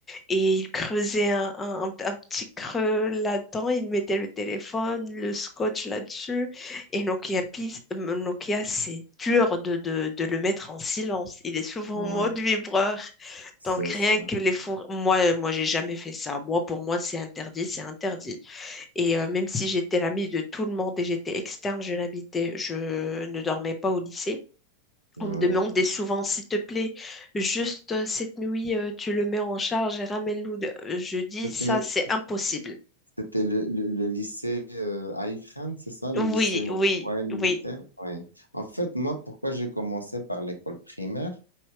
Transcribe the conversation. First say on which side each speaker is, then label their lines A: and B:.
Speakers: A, on the left (about 15°); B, on the left (about 90°).
A: Et il creusait un, un- un- un petit creux là-dedans. Il mettait le téléphone, le scotch là-dessus. Et Nokia, Pis- euh, Nokia, c'est dur de, de- de le mettre en silence. Il est souvent
B: ouais,
A: en mode vibreur.
B: c'est
A: Donc rien
B: ça.
A: que les four... Moi, euh, moi, j'ai jamais fait ça. Moi, pour moi, c'est interdit, c'est interdit. Et euh, même si j'étais l'amie de tout le monde et j'étais externe, je n'habitais, je ne dormais pas au lycée.
B: Ouais.
A: On me demandait souvent, s'il te plaît, juste euh, cette nuit, euh, tu le mets en charge et ramène-le. de- Je dis,
B: C'était,
A: ça, c'est impossible.
B: c'était le, le, le lycée euh, à Ifrane, c'est ça, le
A: Oui,
B: lycée Moroyen
A: oui,
B: militaire?
A: oui.
B: Ouais. En fait, moi, pourquoi j'ai commencé par l'école primaire?